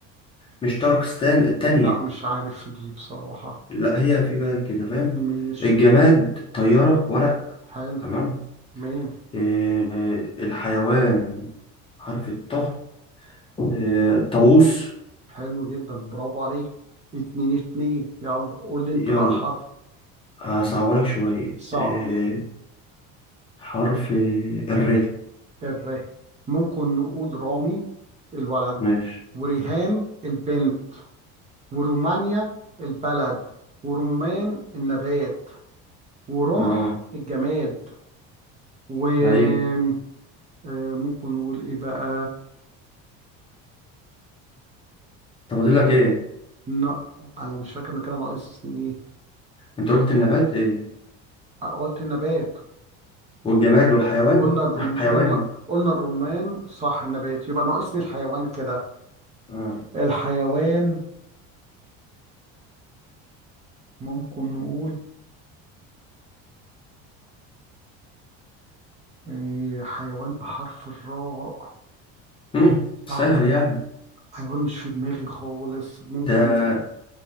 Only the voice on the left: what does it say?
مش طرقستان التانية
لا هي في بلد كده فاهم
الجماد طيارة ورق
تمام
آه، الحيوان حرف الطه آه، طاووس
يلا
هصعبلك شوية
آه، حرف الر
ماشي
اه
ايوه
طب فاضل لك ايه
انت قلت النبات ايه
والجماد والحيوان
الحيوان
اه
مم.
سهل يعني
ده